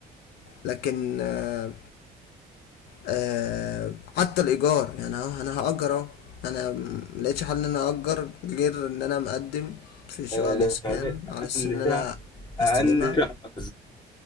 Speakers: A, on the left; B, on the left.
A: لكن آه، آه حتى الايجار يعني أنا- انا هاجر اهو انا ملقتش حل ان انا اجر غير ان انا مقدم في شقق
B: آه،
A: الاسكان
B: ده فعلا
A: على
B: اقل
A: اساس ان انا
B: شقه اقل
A: هستلمها
B: شقه